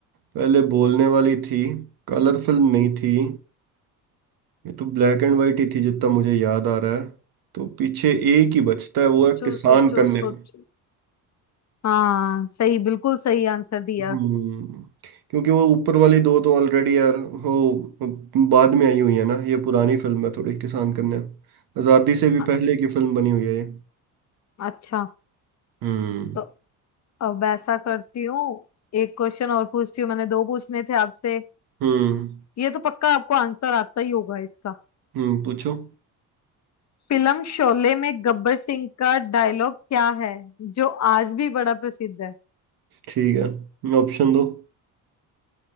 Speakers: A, on the right; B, on the left.
A: पहले बोलने वाली थी कलर फिल्म नहीं थी ये तो ब्लैक एंड व्हाइट ही थी जितना मुझे याद आ रहा है तो पीछे एक ही बचता है
B: सोचो
A: वो है किसान
B: सोचो
A: कन्या
B: सोचो हाँ सही बिल्कुल सही आंसर दिया
A: हम्म क्योंकि वो ऊपर वाली दो तो ऑलरेडी यार वो बाद में आई हुई है ना ये पुरानी फिल्म है थोड़ी किसान कन्या आज़ादी से भी
B: अ-
A: पहले की फिल्म बनी हुई है ये
B: अच्छा
A: हम्म
B: तो अब ऐसा करती हूँ एक क्वेश्चन और पूछती हूँ मैंने दो पूछने थे आपसे
A: हम्म
B: ये तो पक्का आपको आंसर आता ही होगा इसका
A: हम्म पूछो
B: फिल्म शोले में गब्बर सिंह का डायलॉग क्या है जो आज भी बड़ा प्रसिद्ध है
A: ठीक है ऑप्शन दो